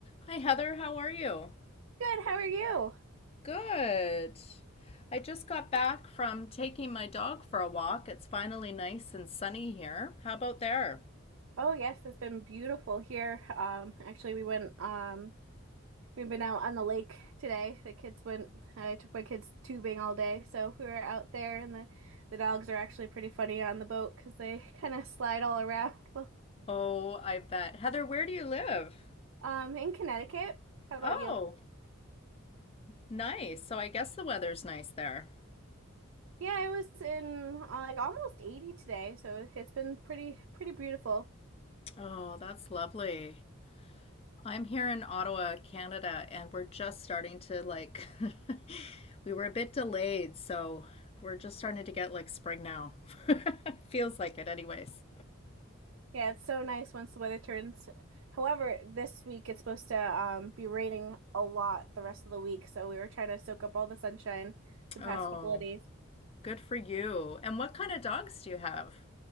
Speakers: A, on the left; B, on the right.
A: Hi, Heather. How are you?
B: Good, how are you?
A: Good. I just got back from taking my dog for a walk. It's finally nice and sunny here. How about there?
B: Oh yes, it's been beautiful here. Um, actually we went um we've been out on the lake today. The kids went I took my kids tubing all day, so we were out there and the the dogs are actually pretty funny on the boat 'cause they <laughs> kind of slide all around. Well,
A: Oh, I bet. Heather, where do you live?
B: um in Connecticut. How about
A: Oh,
B: you?
A: nice. So I guess the weather's nice there.
B: Yeah, it was in uh, like almost 80 today, so it's been pretty pretty beautiful.
A: Oh, that's lovely. I'm here in Ottawa, Canada, and we're just starting to like, <laughs> we were a bit delayed, so we're just starting to get like spring now. <laughs> Feels like it, anyways.
B: Yeah, it's so nice once the weather turns. However, this week it's supposed to um, be raining a lot the rest of the week, so we were trying to soak up all the sunshine the
A: Oh.
B: past couple of days.
A: Good for you. And what kind of dogs do you have?